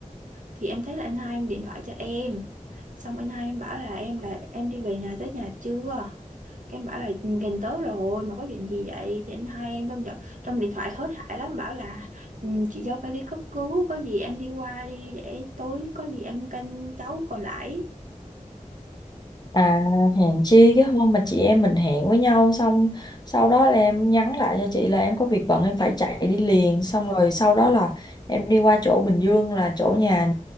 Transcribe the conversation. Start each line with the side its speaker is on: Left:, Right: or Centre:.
Right: thì em thấy là anh hai em điện thoại cho em xong anh hai em bảo là em là em đi về nhà tới nhà chưa cái em bảo là "Ừ, gần tới rồi mà có chuyện gì vậy thì anh hai em trong giận trong điện thoại hớt hải lắm bảo là "Ừ, chị dâu phải đi cấp cứu có gì em đi qua đi để tối có gì em canh cháu còn lại
Left: À hẹn chi cái hôm mà chị em mình hẹn với nhau xong sau đó là em nhắn lại cho chị là em có việc bận em phải chạy đi liền xong rồi sau đó là em đi qua chỗ Bình Dương là chỗ nhà